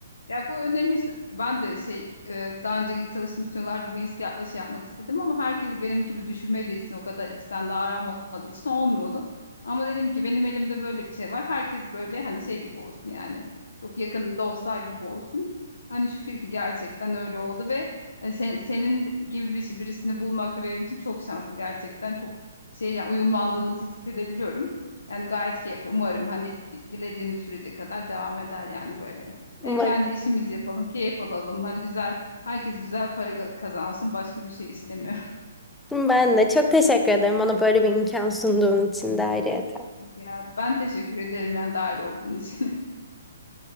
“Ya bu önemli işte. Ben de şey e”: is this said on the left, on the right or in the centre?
Left